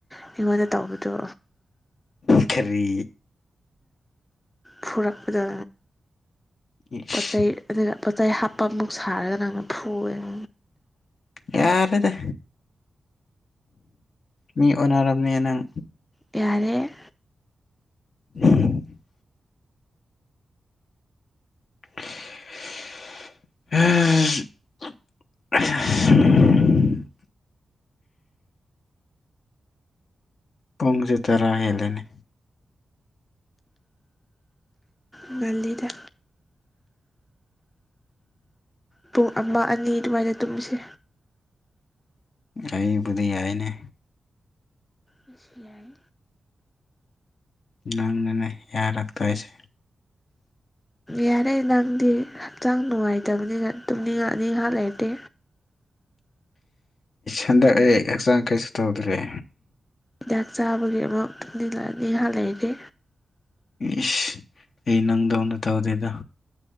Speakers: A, on the left (about 20°); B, on the left (about 65°).
A: ꯑꯩꯉꯣꯟꯗ ꯇꯧꯕꯗꯣ
B: ꯀꯔꯤ
A: ꯐꯨꯔꯛꯄꯗꯨ
B: ꯏꯁ
A: ꯄꯣꯠ ꯆꯩ ꯑꯗꯨꯒ ꯄꯣꯠ ꯆꯩ ꯍꯥꯞꯄꯃꯨꯛ ꯁꯥꯔꯒ ꯅꯪꯅ ꯐꯨꯑꯦ <unintelligible>
B: ꯌꯥꯔꯦꯗ ꯃꯤ ꯑꯣꯟꯅꯔꯕꯅꯦ ꯅꯪ
A: ꯌꯥꯔꯦ
B: ꯎꯝ <inaudible> ꯎꯝ <inaudible> <unintelligible> ꯄꯨꯡꯁꯦ ꯇꯔꯥ ꯍꯦꯜꯂꯦꯅꯦ
A: ꯉꯥꯜꯂꯤꯗ ꯄꯨꯡ ꯑꯃ ꯑꯅꯤ ꯑꯗꯨꯃꯥꯏꯅ ꯇꯨꯝꯃꯤꯁꯦ
B: ꯑꯩꯕꯨꯗꯤ ꯌꯥꯏꯅꯦ
A: ꯑꯩꯁꯨ ꯌꯥꯥꯏ
B: ꯅꯪꯅꯅꯦ ꯌꯥꯔꯛꯇꯣꯏꯁꯦ
A: ꯌꯥꯔꯦ ꯅꯪꯗꯤ ꯍꯛꯆꯥꯡ ꯅꯨꯡꯉꯥꯏꯇꯕꯅꯤꯅ ꯇꯨꯝꯅꯤꯡ ꯑꯅꯤ ꯉꯍꯥꯛ ꯂꯩꯔꯗꯤ
B: ꯍꯟꯗꯛ ꯑꯩ ꯍꯛꯆꯥꯡ ꯀꯩꯁꯨ ꯇꯧꯗ꯭ꯔꯦ
A: ꯍꯤꯗꯥꯛ ꯆꯥꯕꯒꯤ ꯑꯃꯨꯛ ꯇꯨꯝꯅꯤꯜꯂꯛꯑꯅꯤ ꯉꯩꯍꯥꯛ ꯂꯩꯔꯗꯤ
B: ꯏꯁꯁ ꯑꯩ ꯅꯪꯗꯧꯅ ꯇꯧꯗꯦꯗ